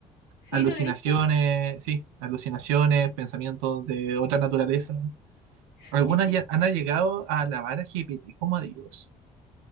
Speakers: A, on the left; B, on the right.
A: ¿Sí
B: Alucinaciones,
A: lo leíste?
B: sí. Alucinaciones, pensamientos de otra naturaleza.
A: <laughs>
B: Algunas ya han llegado a alabar a GPT como a Dios.